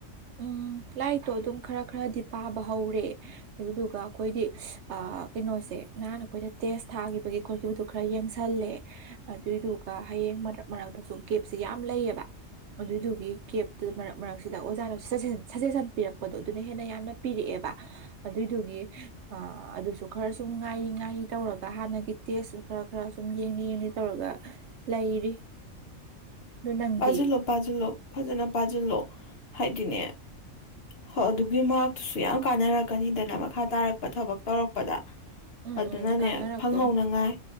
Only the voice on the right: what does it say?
ꯎꯝ ꯂꯥꯏꯇꯣ ꯑꯗꯨꯝ ꯈꯔ ꯈꯔꯗꯤ ꯄꯥꯕ ꯍꯧꯔꯦ ꯑꯗꯨꯗꯨꯒ ꯑꯩꯈꯣꯏꯗꯤ ꯑ ꯀꯩꯅꯣꯁꯦ ꯅꯍꯥꯟꯅ ꯑꯩꯈꯣꯏꯗ ꯇꯦꯁ ꯊꯥꯈꯤꯕꯒꯤ ꯈꯣꯠꯈꯤꯕꯗꯨ ꯈꯔ ꯌꯦꯡꯁꯜꯂꯦ ꯍ ꯑꯗꯨꯏꯗꯨꯒ ꯍꯌꯦꯡ ꯃꯔꯛ ꯃꯔꯛꯇꯁꯨ ꯒꯦꯞꯁꯦ ꯌꯥꯝ ꯂꯩꯑꯕ ꯑꯗꯨꯏꯗꯨꯒꯤ ꯀꯦꯞꯇꯨꯗ ꯃꯔꯛ ꯃꯔꯛꯁꯤꯗ ꯑꯣꯖꯥꯅ ꯁꯖꯦꯁꯟ ꯁꯖꯦꯁꯟ ꯄꯤꯔꯛꯄꯗꯣ ꯑꯗꯨꯅ ꯍꯦꯟꯅ ꯌꯥꯝꯅ ꯄꯤꯔꯛꯑꯦꯕ ꯑꯗꯨꯏꯗꯨꯒꯤ ꯑ ꯑꯗꯨꯁꯨ ꯈꯔ ꯁꯨꯝ ꯉꯥꯏꯔꯤ ꯉꯥꯏꯔꯤ ꯇꯧꯔꯒ ꯍꯥꯟꯅꯒꯤ ꯇꯦꯁꯁꯨ ꯈꯔ ꯈꯔ ꯁꯨꯝ ꯌꯦꯡꯅꯤ ꯌꯦꯡꯅꯤ ꯇꯧꯔꯒ ꯂꯩꯔꯤ ꯑꯗꯨ ꯅꯪꯗꯤ
ꯎꯝ
ꯎꯝ ꯀꯥꯟꯅꯔꯛꯇꯣꯏ